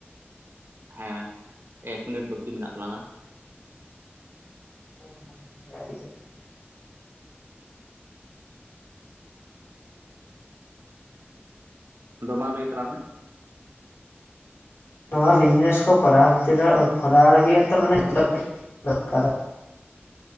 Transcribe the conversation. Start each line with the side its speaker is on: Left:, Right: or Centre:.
Right: ᱦᱮᱸ ᱮᱠ ᱢᱤᱱᱤᱴ ᱵᱟᱹᱠᱤ ᱢᱮᱱᱟᱜ ᱛᱟᱞᱟᱝᱼᱟ ᱾
Left: <unintelligible>
Right: ᱟᱫᱚ ᱢᱟ ᱞᱟᱹᱭ ᱛᱟᱞᱟᱝ ᱢᱮ᱾
Left: ᱱᱚᱣᱟ ᱵᱤᱡᱽᱱᱮᱥ ᱠᱚ ᱠᱚᱨᱟᱣ ᱠᱷᱟᱹᱛᱤᱨ ᱠᱚᱨᱟᱣ ᱞᱟᱹᱜᱤᱫᱛᱚ ᱢᱟᱱᱮ <unintelligible> ᱫᱚᱨᱠᱟᱨᱟ ᱾